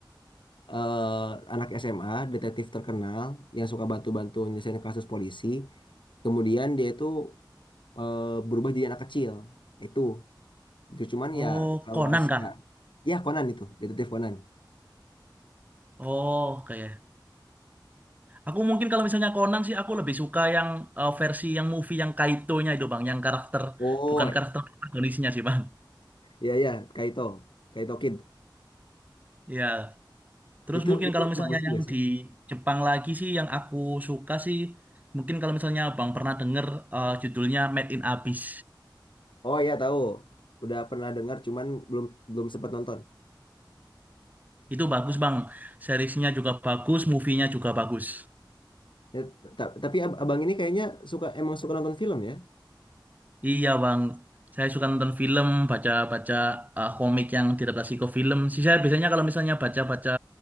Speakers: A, on the left; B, on the right.
A: eh, anak SMA detektif terkenal yang suka bantu-bantu nyelesain kasus polisi kemudian dia itu eh, berubah jadi anak kecil itu Itu cuman
B: Oh,
A: ya kalau
B: Conan
A: sekarang
B: kah?
A: ya Conan itu detektif Conan
B: Oh, oke. Aku mungkin kalau misalnya Conan sih aku lebih suka yang eh, versi yang movie yang Kaito-nya itu Bang, yang karakter
A: Oh,
B: bukan karakter protagonisnya sih Bang.
A: iya iya, Kaito, Kaito Kid.
B: Iya. Terus
A: Itu
B: mungkin
A: itu
B: kalau misalnya
A: bagus juga
B: yang
A: sih.
B: di Jepang lagi sih yang aku suka sih mungkin kalau misalnya Bang pernah denger eh, judulnya Made in Abyss.
A: Oh iya tahu. Udah pernah dengar cuman belum belum sempat nonton.
B: Itu bagus Bang. Seriesnya juga bagus, movie-nya juga bagus.
A: Ya, ta- tapi ab- abang ini kayaknya suka emang suka nonton film ya?
B: Iya bang, saya suka nonton film, baca-baca eh, komik yang diadaptasi ke film. Sih saya biasanya kalau misalnya baca-baca